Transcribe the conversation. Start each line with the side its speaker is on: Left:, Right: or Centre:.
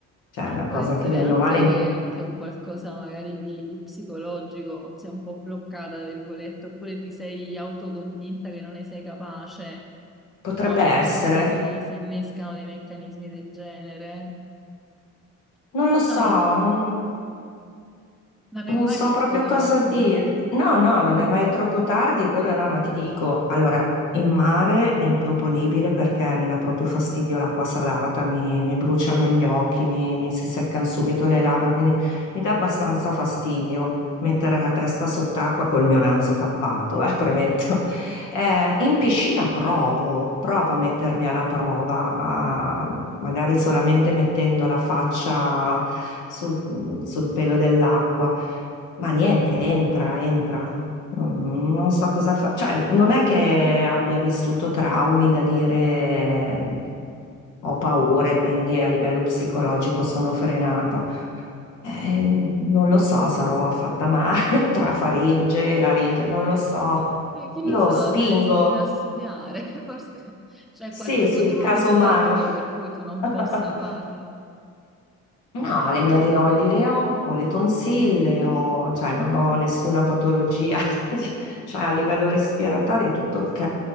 Left: cioè, è una
Centre: Può
Left: cosa
Centre: essere
Left: che bene
Centre: anche
Left: o male
Centre: che, che un qualcosa magari di, di psicologico, sei un po' bloccata, tra virgolette, oppure ti sei autoconvinta che non ne sei capace.
Left: potrebbe
Centre: No, certe
Left: essere.
Centre: volte si, si innescano dei meccanismi del genere, però
Left: Non lo so,
Centre: sai,
Left: non,
Centre: non
Left: non
Centre: è mai
Left: so
Centre: troppo
Left: proprio
Centre: tardi.
Left: cosa dirti. No, no, non è mai troppo tardi, quello no, ma ti dico, allora, in mare è improponibile perché mi dà proprio fastidio l'acqua salata, mi, mi bruciano gli occhi, mi, mi si seccano subito le labbra, quindi mi dà abbastanza fastidio mettere
Centre: Mm.
Left: la testa sott'acqua col mio naso tappato, eh, premetto. Eh, in piscina provo, provo a mettermi alla prova, a- magari solamente mettendo la faccia sul, sul pelo dell'acqua, ma niente, entra, entra. Mm, Non so cosa fa, cioè non è che abbia vissuto traumi da dire ho paura e quindi a livello psicologico sono frenata. Eh, non lo so, sarò fatta male <laughs> tra
Centre: <laughs>
Left: faringe e laringe, non lo so.
Centre: Eh, chi
Left: Io
Centre: lo sa,
Left: spingo.
Centre: saresti da studiare, <laughs> forse c'è
Left: Sì,
Centre: qualche motivo
Left: sì, il caso
Centre: fisiologico
Left: umano.
Centre: per cui tu non
Left: <laughs>
Centre: possa farlo.
Left: No, le mie adenoidi le ho, ho le tonsille, ho, cioè non ho nessuna patologia, <laughs> di- cioè a livello respiratorio è tutto ok.